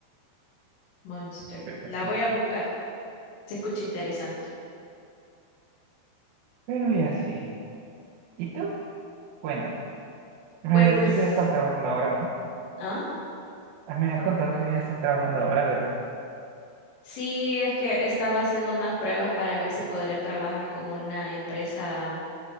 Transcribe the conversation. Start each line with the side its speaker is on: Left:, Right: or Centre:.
Left: Monster.
Right: pero
Left: La
Right: sí.
Left: voy a buscar. Se escucha interesante.
Right: Pero y así. ¿Y tú? Cuéntame. Me
Left: Pues
Right: habías
Left: es...
Right: dicho que habías estado trabajando ahora, ¿no?
Left: ¿Ah?
Right: Ah, Me habías contado que habías estado trabajando ahora, ¿verdad?
Left: Sí, es que estaba haciendo unas pruebas para ver si podría trabajar con una empresa